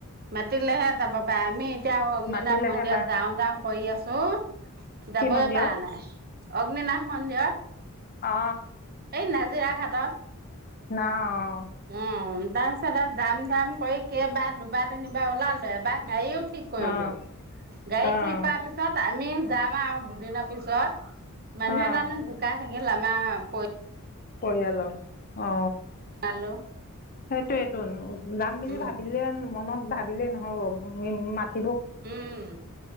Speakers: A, on the right; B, on the left.
A: মাতিলেহে যাবা পায় মি এতিয়া অগ্নিনাথ
B: মাতিলেহে
A: মন্দিৰত
B: পায়
A: যাওঁ যাওঁ কৰি আছে চ
B: কি
A: যাবই
B: মন্দিৰত
A: পৱা নাই অ অগ্নিনাভ মন্দিৰত
B: অ
A: এই নাজিৰা ঘাটত
B: না অঁ
A: উ দাজ টা যাম যাম কৰি কেইবাৰ দুবাৰ তিনিবাৰ ওলালো এবাৰ গাড়ীও ঠিক কৰিলো
B: অঁ
A: গাড়ীত
B: অঁ
A: ঠিক হোৱা পিছত আমি যাম আও দুদিনৰ পিছত মানুহে
B: অঁ
A: এজনে ঢুকাই থাকিল আমাৰ পৰি
B: পৰিয়ালৰ অ
A: পৰিয়ালো
B: সেইটোয়ে টোন যাম বুলি
A: উম
B: ভাবিলে মনত ভাবিলে নহ'ব ভুমি মাত
A: উম